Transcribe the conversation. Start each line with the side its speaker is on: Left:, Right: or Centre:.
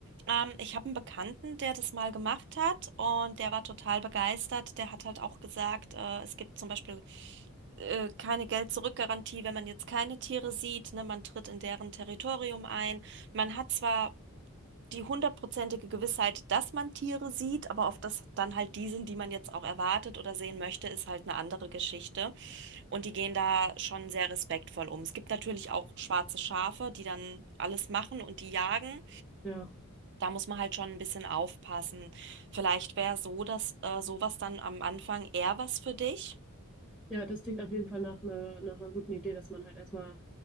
Right: Ähm, ich habe einen Bekannten, der das mal gemacht hat und der war total begeistert. Der hat halt auch gesagt, äh, es gibt zum Beispiel äh, keine Geld-zurück-Garantie, wenn man jetzt keine Tiere sieht. Ne? Man tritt in deren Territorium ein. Man hat zwar die hundertprozentige Gewissheit, dass man Tiere sieht, aber ob das dann halt die sind, die man jetzt auch erwartet oder sehen möchte, ist halt eine andere Geschichte. Und die gehen da schon sehr respektvoll um. Es gibt natürlich auch schwarze Schafe, die dann alles machen und die jagen.
Centre: Ja.
Right: Da muss man halt schon ein bisschen aufpassen. Vielleicht wäre so, dass äh, sowas dann am Anfang eher was für dich.
Centre: Ja, das klingt auf jeden Fall nach einer, nach einer guten Idee, dass man halt erstmal